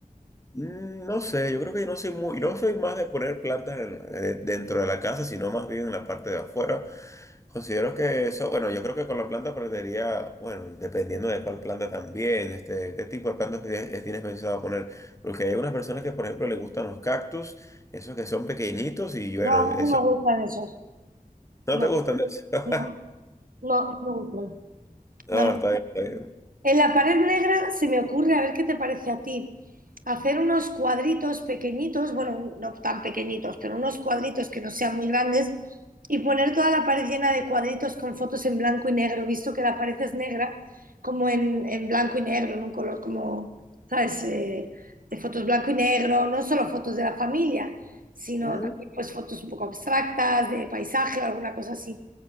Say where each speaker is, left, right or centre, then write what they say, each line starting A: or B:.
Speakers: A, on the left; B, on the right.
A: Mm, No sé, yo creo que yo no soy muy, no soy más de poner plantas en- eh, dentro de la casa, sino más bien en la parte de afuera. Considero que eso, bueno, yo creo que con la planta perdería, bueno, dependiendo de cuál planta también, este, qué tipo de plantas tienes eh, tienes pensado poner. Porque hay algunas personas que, por ejemplo, les gustan los cactus, esos que son pequeñitos y bueno,
B: No, a
A: eso,
B: mí no me gustan esos.
A: no
B: No,
A: te gustan de eso. <laughs>
B: no. No, no me gustan.
A: No,
B: No, no.
A: está bien, está
B: En la pared negra se me ocurre, a ver qué te parece a ti, hacer unos cuadritos pequeñitos, bueno, no tan pequeñitos, pero unos cuadritos que no sean muy grandes y poner toda la pared llena de cuadritos con fotos en blanco y negro, visto que la pared es negra, como en, en blanco y negro, en un color como, ¿sabes? Eh, de fotos blanco y negro, no solo fotos de la familia, sino
A: bien.
B: también pues fotos un poco abstractas, de paisaje o alguna cosa así.